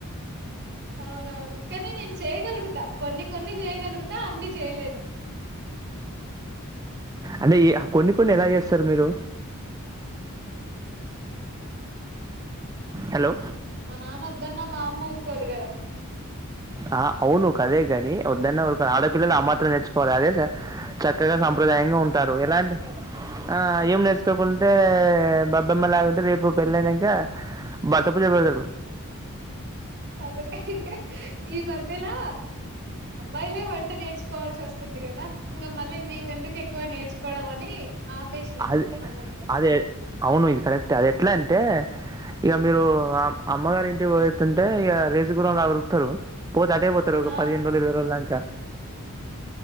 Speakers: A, on the right; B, on the right.
A: అవునవును కదే ని చేయగలుగుతా కొన్ని కొన్ని చేయగలుగుతా అన్ని చేయలేను
B: అంటే ఈ కొన్ని కొన్ని ఎలా చేస్తారు మీరు హలో
A: మా నాన్న వద్దన్న మా అమ్మ ఉరుకోదు కదా
B: ఆ అవును అదే నీ వన్నర ఆడపిల్లలు ఆ మాత్రం నేర్చుకోవాలి అదే స చక్కగా సాంప్రదాయంగా ఉంటారు ఎలాంటి
A: అ
B: ఆ ఏం నేర్చుకోకుంటే బాబ్బెమ్మ గాంటే రేపు పెళ్ళ అయినాక భర్త పూజ పెడతడు
A: అదే ఈ మధ్యలా అబ్బాయిలే వంట నేర్చుకోవాల్సి వస్తుంది కదా ఇంకా మళ్ళీ మేము ఎందుకు ఎక్కువ నేర్చుకోవడం అని ఆపేసినండి
B: అది
A: అన్నట్టు
B: అదే అవును ఇది కరెక్ట్ అది ఎట్లా అంటే ఇక మీరు అమ్మగారు ఇంటి పోయి వస్తుంటే ఇక రేస్ గుర్రంల ఉరుకుతారు పోతే అట్టే పోతారు ఒక
A: ఆ
B: పదిహేను రోజు ఇరవై రోజుక దాక